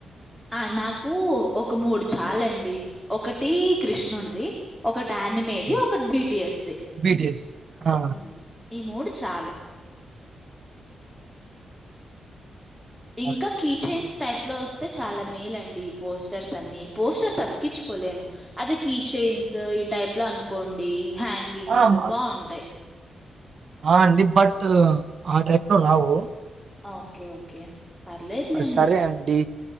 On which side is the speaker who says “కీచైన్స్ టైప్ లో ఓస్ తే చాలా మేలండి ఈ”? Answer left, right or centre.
Centre